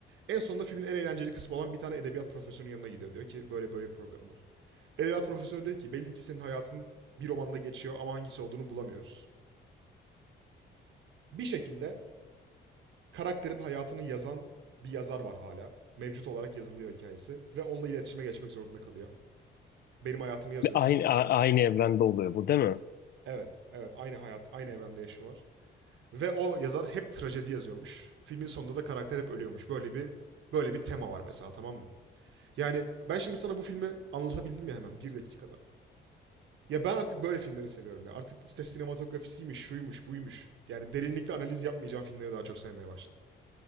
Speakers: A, on the right; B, on the left.
A: En sonunda filmin en eğlenceli kısmı olan bir tane edebiyat profesörünün yanına gidiyor. Diyor ki böyle böyle bir program var. Edebiyat profesörü diyor ki belli ki senin hayatın bir romanda geçiyor ama hangisi olduğunu bulamıyoruz. Bir şekilde karakterin hayatını yazan bir yazar var hala. Mevcut olarak yazılıyor hikayesi ve onunla iletişime geçmek zorunda kalıyor. Benim hayatımı yazıyorsun.
B: Aynı, a- aynı evrende oluyor bu değil mi?
A: Evet, evet aynı hayat, aynı evrende yaşıyorlar. Ve o yazar hep trajedi yazıyormuş. Filmin sonunda da karakter hep ölüyormuş. Böyle bir böyle bir tema var mesela tamam mı? Yani ben şimdi sana bu filmi anlatabildim ya hemen bir dakikada. Ya ben artık böyle filmleri seviyorum ya. Artık işte sinematografisiymiş, şuymuş, buymuş. Yani derinlikli analiz yapmayacağım filmleri daha çok sevmeye başladım.